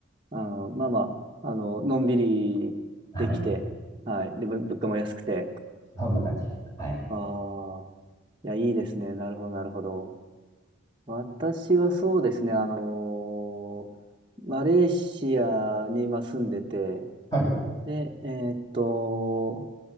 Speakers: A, on the right; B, on the left.
A: あー、まあまあ、あの、のんびりできて、
B: はい。
A: はい。で、ぶ物価も安くて。
B: そんな感じ。はい。
A: ああ、いや、いいですね。なるほど、なるほど。私はそうですね、あのーマレーシアに今住んでて、
B: はい。
A: で、えーっと、